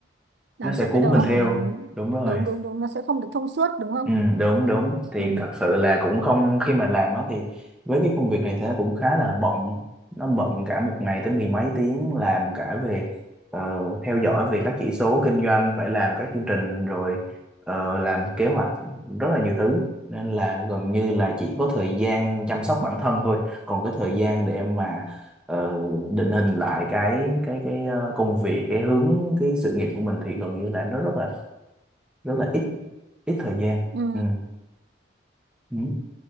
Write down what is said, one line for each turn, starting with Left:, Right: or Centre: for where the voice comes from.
Right: làm
Centre: nó sẽ
Right: cho
Centre: cuốn
Right: cái đầu
Centre: mình
Right: óc
Centre: theo
Right: của mình
Centre: đúng rồi
Right: đúng đúng đúng nó sẽ không được thông suốt đúng không
Centre: Ừ, đúng đúng thì
Right: ừ,
Centre: thật sự là cũng không khi mà làm á thì với cái công việc này thì nó cũng khá là bận nó bận cả một ngày tới mười mấy tiếng làm cả về ờ, theo dõi về các chỉ số kinh doanh phải làm các chương trình rồi ờ, làm kế hoạch rất là nhiều thứ nên là gần như là chỉ có thời gian chăm sóc bản thân thôi còn cái thời gian để mà ờ, định hình lại cái cái cái ờ, công việc cái hướng cái sự nghiệp của mình thì gần như là nó rất là rất là ít ít thời gian
Right: ừ,
Centre: Ừ. Ừ.